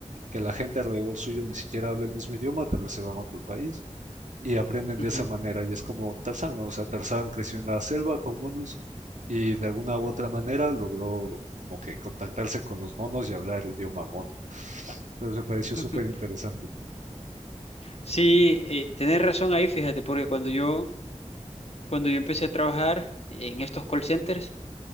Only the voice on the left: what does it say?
Ujú.
<laughs>
Sí, eh, tenés razón ahí, fíjate, porque cuando yo, cuando yo empecé a trabajar en estos call centers,